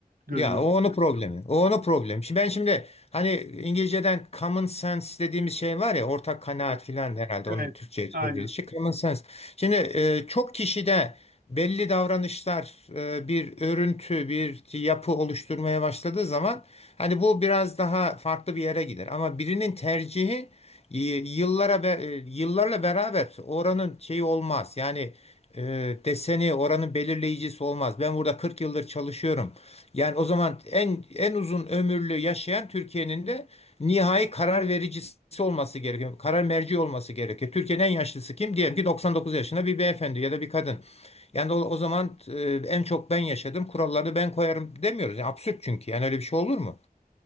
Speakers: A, on the right; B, on the left.
A: görüyor.
B: Ya o onun problemi. O onun problemi. Şimdi ben şimdi hani İngilizceden common sense dediğimiz şey var ya ortak kanaat
A: Evet,
B: filan herhalde
A: evet.
B: onun Türkçe'ye
A: aynen.
B: çevrilişi common sense. Şimdi e, çok kişide belli davranışlar e, bir örüntü, bir yapı oluşturmaya başladığı zaman hani bu biraz daha farklı bir yere gider. Ama birinin tercihi y- yıllara be- e, yıllarla beraber oranın şeyi olmaz. Yani e, deseni oranın belirleyicisi olmaz. Ben burada 40 yıldır çalışıyorum. Yani o zaman en en uzun ömürlü yaşayan Türkiye'nin de nihai karar vericisi olması gerekiyor. Karar merci olması gerekiyor. Türkiye'nin en yaşlısı kim? Diyelim ki 99 yaşında bir beyefendi ya da bir kadın. Yani o, o zaman e, en çok ben yaşadım, kuralları ben koyarım demiyoruz. Yani absürt çünkü. Yani öyle bir şey olur mu?